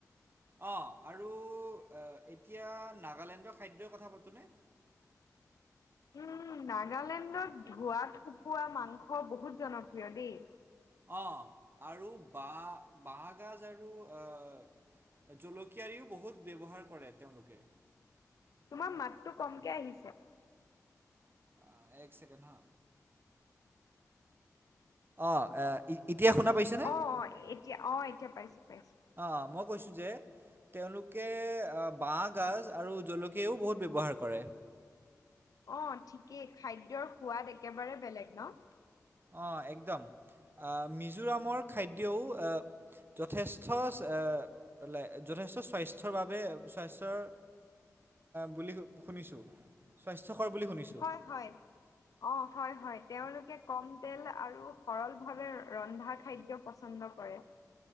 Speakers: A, on the right; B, on the left.
A: অ আৰু এতিয়া নাগালেণ্ডৰ খাদ্যই কথা পাতোঁনে?
B: উম নাগালেণ্ডত ধোঁৱা শুকোৱা মাংস বহুত জনপ্ৰিয় দেই।
A: অ আৰু বা বাঁহগাজ আৰু আহ জলকীয়াৰিও বহুত ব্যৱহাৰ কৰে তেওঁলোকে।
B: তোমাৰ মাতটো কমকে আহিছে‌‌।
A: অ এক ছেকেণ্ড হা। অ এ ই এতিয়া শুনা পাইছে?
B: অ অ এতিয়া অ এতিয়া পাইছোঁ পাইছোঁ।
A: অ মই কৈছোঁ যে তেওঁলোকে বাঁহগাজ আৰু জলকীয়াও বহুত ব্যৱহাৰ কৰে।
B: অ ঠিকেই খাদ্যৰ সোৱাদ একেবাৰে বেলেগ ন
A: অ একদম মিজোৰামৰ খাদ্যও যথেষ্ট যথেষ্ট স্বাস্থ্যৰ বাবে স্বাস্থ্যৰ বুলি শুনিছোঁ স্বাস্থ্যকৰ বুলি শুনি।
B: হয় হয়। অ হয় হয় তেওঁলোকে কম তেল আৰু সৰলভাৱে ৰন্ধা খাদ্য পচন্দ কৰে।